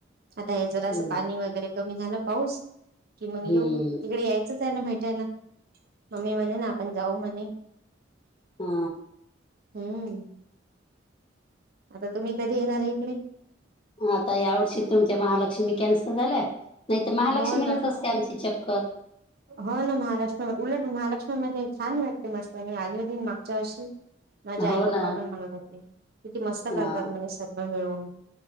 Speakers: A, on the right; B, on the left.
A: आता हे जरा
B: हम्म
A: असं पाणी वगैरे कमी झाला पाऊस कि मग
B: हम्म
A: येऊ तिकडे यायचच आहे ना भेटायला मम्मी म्हणे ना आपण जाऊ म्हणे
B: हा
A: हम्म आता तुम्ही कधी येणार आहे इकडे
B: आता यावर्षी तुमच्या महालक्ष्मी कॅन्सल झाल्या नाही तर
A: हो
B: महालक्ष्मीलाच
A: ना.
B: असते आमचे चक्कर <unintelligible>
A: हो ना महालक्ष्मी उलट महालक्ष्मी मध्ये छान वाटते मस्त म आली होन मागच्या अशी माझ्या
B: हो
A: आई पप्पा
B: ना
A: पण म्हणत होते किती मस्त
B: हा
A: करतात म्हज सर्व मिळून